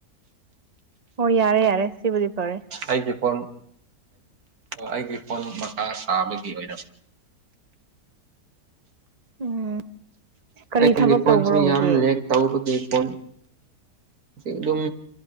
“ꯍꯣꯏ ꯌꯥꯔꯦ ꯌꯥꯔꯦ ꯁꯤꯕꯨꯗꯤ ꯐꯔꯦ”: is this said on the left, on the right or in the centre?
Right